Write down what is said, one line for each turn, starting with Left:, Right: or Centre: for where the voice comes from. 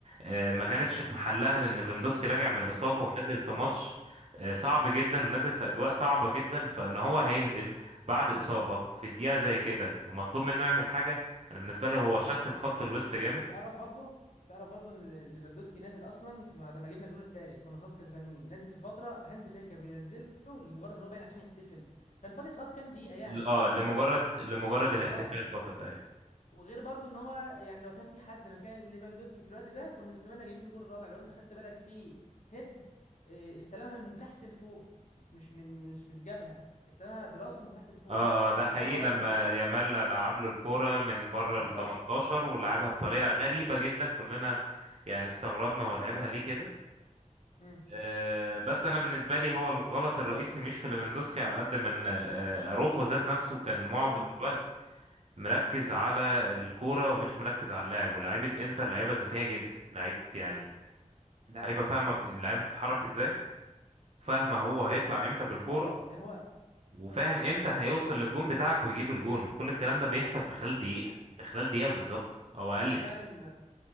Right: آه، ما كانتش في محلها لان ليفاندوسكي راجع من اصابه
Left: صح
Right: ونزل في
Left: صح
Right: ماتش آه، صعب جدا ونازل في اجواء صعبه جدا فان هو هينزل بعد اصابه في الدقيقه زي كده ومطلوب منه يعمل حاجه انا بالنسبه لي هو شتت خط الوسط جامد
Left: تعرف برضو تعرف برضو ان ليفاندوسكي نازل اصلا في بعد ما جبنا الجون التالت كنا خلاص كسبانين نازل في فتره هانز فليك كان بينزله لمجرد ان هو باين عشان يحتفل كان فاضل خلاص كام دقيقه يعني
Right: ل- اه لمجرد
Left: فهو كان بيقول
Right: لمجرد الاحتفال
Left: اه
Right: فقط ايوه
Left: وغير برضو ان هو يعني لو كان في حد مكان ليفاندوسكي في الوقت ده كنا زماننا جايبين الجون الرابع لو انت خدت بالك في هيد آه، استلمها من تحت لفوق مش من مش من الجبهه استلمها براسه من تحت لفوق
Right: اه اه ده
Left: طلعها
Right: حقيقي لما
Left: بره
Right: يامال لعب له الكوره من بره
Left: بالظبط
Right: ال 18 ولعبها بطريقه غريبه جدا كلنا يعني استغربنا هو لعبها ليه كده
Left: مم.
Right: آه بس انا بالنسبه لي هو الغلط الرئيسي مش في ليفاندوسكي على قد من آه آه، اروخو ذات نفسه كان معظم
Left: ايوه هو هانز فليك
Right: الوقت مركز على الكورة ومش مركز على اللاعب ولاعيبة انتر لعيبة ذكية جدا لعيبة يعني لعيبة فاهمة بت- اللعيبة بتتحرك ازاي فاهمة هو هيطلع امتى بالكورة
Left: اه اه آه. يعني هو
Right: وفاهم امتى هيوصل للجون
Left: مم.
Right: بتاعك ويجيب الجون كل الكلام ده بيحصل في خلال دقيقة في خلال دقيقة بالظبط او اقل
Left: وانا فعلا
Right: كمان